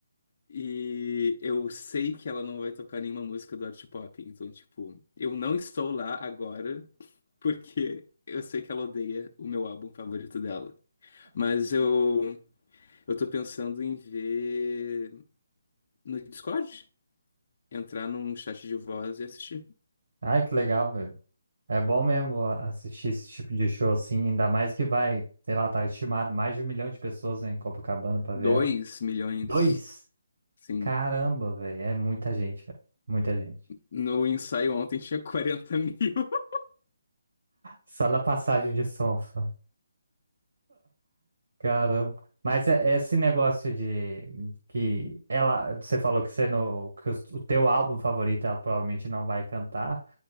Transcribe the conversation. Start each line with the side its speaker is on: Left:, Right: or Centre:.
Left: E eu sei que ela não vai tocar nenhuma música do arte pop, então, tipo, eu não estou lá agora porque eu sei que ela odeia o meu álbum favorito dela. Mas eu, eu tô pensando em ver no Discord, entrar num chat de voz e assistir.
Right: Ai, que legal, velho. É bom mesmo a- assistir esse tipo de show assim, ainda mais que vai, sei lá, tá estimado mais de um milhão de pessoas, né, em Copacabana pra
Left: dois
Right: ver ela.
Left: milhões,
Right: Dois?
Left: sim.
Right: Caramba, velho. É muita gente, velho. Muita gente.
Left: No ensaio ontem tinha 40 mil. <laughs>
Right: Só na passagem de som, só. Caramba. Mas é- é esse negócio de que ela, você falou que você no, que os- o teu álbum favorito ela provavelmente não vai cantar.